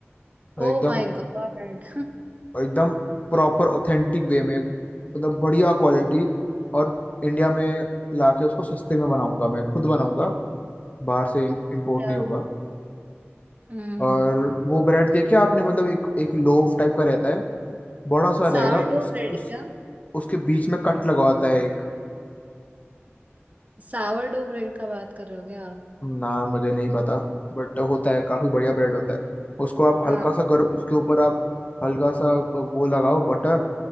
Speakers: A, on the left (about 35°); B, on the right (about 35°).
A: और
B: Oh
A: एकदम
B: my god
A: एकदम प्रॉपर ऑथेंटिक वे में मतलब बढ़िया क्वालिटी और इंडिया में लाके उसको सस्ते में बनाऊंगा मैं खुद बनाऊंगा बाहर से इम्पोर्ट
B: क्या
A: नहीं होगा
B: हम्म
A: और वो ब्रेड देखिए आपने मतलब एक एक लोफ टाइप का रहता है बड़ा सा रहेगा
B: सावरडो
A: उस,
B: ब्रेड
A: उस
B: क्या
A: उसके बीच में कट लगवाता है
B: सावरडो ब्रेड का बात कर रहे हो क्या आप
A: ना मुझे नहीं पता बट होता है काफी बढ़िया ब्रेड होता है उसको आप हल्का
B: हाँ
A: सा गर्म उसके ऊपर आप हल्का सा वो लगाओ बटर